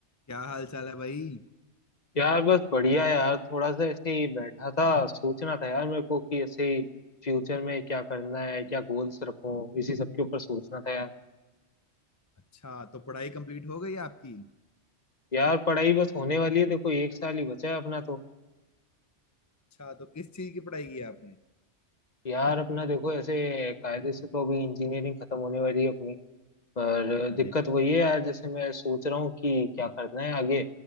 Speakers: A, on the left; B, on the left.
A: क्या हाल चाल है भाई
B: यार बस बढ़िया यार थोड़ा सा ऐसे ही बैठा था सोचना था यार मेरे को कि ऐसे फ्यूचर में क्या करना है क्या गोल्स रखूं इसी सब के ऊपर सोचना था यार
A: अच्छा तो पढ़ाई कंप्लीट हो गई आपकी
B: यार पढ़ाई बस होने वाली है देखो एक साल ही बचा है अपना तो
A: अच्छा तो किस चीज की पढ़ाई की है आपने
B: यार अपना देखो ऐसे कायदे से तो अभी इंजीनियरिंग खत्म होने वाली है अपनी पर
A: अरे
B: दिक्कत वही है यार जैसे मैं सोच रहा हूँ कि क्या करना है आगे